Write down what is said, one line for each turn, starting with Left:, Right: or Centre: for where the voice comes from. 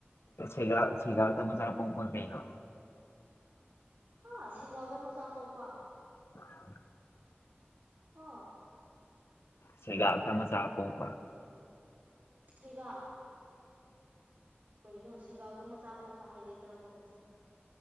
Left: ꯦꯒꯦꯒ ꯇ ꯃ ꯆꯔ ꯄꯣꯄꯔ ꯀꯩꯅ
Right: ꯍꯥ ꯁꯤꯡꯒꯣꯜꯗ ꯃꯆꯥ ꯄꯣꯛꯄ
Left: <unintelligible>
Right: ꯍ
Left: ꯁꯤꯒ ꯃꯁꯥꯄꯣ ꯀ
Right: ꯁꯦꯒ ꯀꯩꯅꯣ ꯁꯦꯒꯥꯛꯗ ꯃꯆꯥ ꯄꯣꯛꯄ ꯍꯥꯏꯗꯤ ꯀꯔꯝꯕ ꯃꯆꯥꯥ